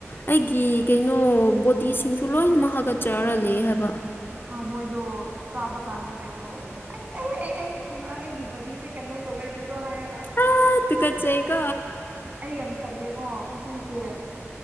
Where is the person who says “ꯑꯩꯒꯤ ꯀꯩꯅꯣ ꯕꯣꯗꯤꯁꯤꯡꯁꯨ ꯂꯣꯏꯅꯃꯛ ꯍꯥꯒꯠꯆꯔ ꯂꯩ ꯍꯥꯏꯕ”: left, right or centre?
Left